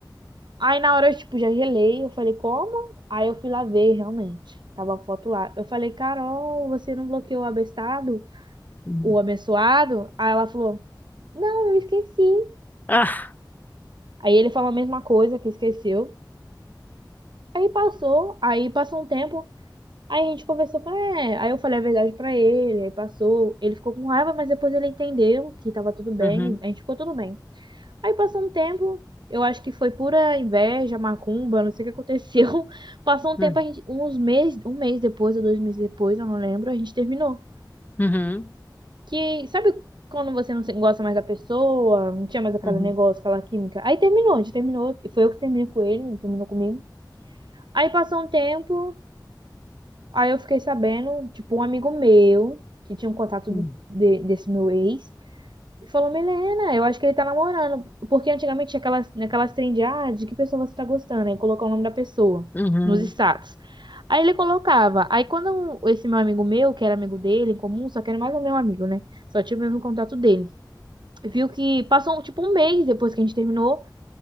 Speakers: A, on the right; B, on the left.
A: Aí na hora eu, tipo, já gelei, eu falei, como? Aí eu fui lá ver, realmente. Tava a foto lá. Eu falei, Carol, você não bloqueou o abestado?
B: Uhum.
A: o abençoado, aí ela falou: Não, eu esqueci.
B: Ah.
A: Aí ele falou a mesma coisa que esqueceu. Aí passou, aí passou um tempo, aí a gente conversou, falei, é. Aí eu falei a verdade pra ele, aí passou. Ele ficou com raiva, mas depois ele entendeu que tava tudo bem,
B: Uhum,
A: a gente ficou tudo bem. Aí passou um tempo, eu acho que foi pura inveja, macumba, não sei o que aconteceu. <laughs> Passou um
B: uhum,
A: tempo, a gente, uns meses, um mês depois ou dois meses depois, eu não lembro, a gente terminou.
B: uhum,
A: que, sabe quando você não se- gosta mais da pessoa, não tinha mais aquele
B: uhum,
A: negócio, aquela química? Aí terminou, a gente terminou, e foi eu que terminei com ele, não terminou comigo. Aí passou um tempo, aí eu fiquei sabendo, tipo, um amigo meu, que tinha um contato
B: uhum,
A: do- de- desse meu ex, falou, Milena, eu acho que ele tá namorando, porque antigamente tinha aquelas, aquelas trend, de, ah, de que pessoa você tá gostando, aí colocar o nome da pessoa
B: uhum.
A: nos status. Aí ele colocava. Aí quando esse meu amigo meu, que era amigo dele em comum, só que era mais o meu amigo, né? Só tinha o mesmo contato dele viu que passou tipo um mês depois que a gente terminou.